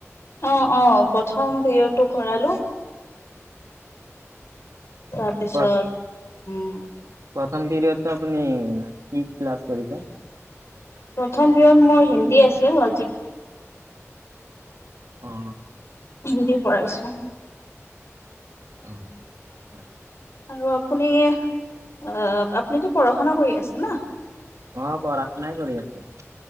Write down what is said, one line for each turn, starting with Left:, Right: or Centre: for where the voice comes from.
Left: অ'-অ' প্ৰথম পিৰিয়ডটো কৰালো। তাৰপিছত,
Right: অ
Left: উম।
Right: প্ৰথম পিৰিয়ডটো আপুনি ক্লাছ কৰিছে?
Left: প্ৰথম পিৰিয়দ মই হিন কি আছেঅ' আজি
Right: অ
Left: হিন্দী পঢ়াইছো।
Right: অ, হয়।
Left: আৰু আপুনি অ, আপুনিতটো পঢ়া শুনা কৰি আছে ন।
Right: অ পঢ়া শুনাই কৰি আছো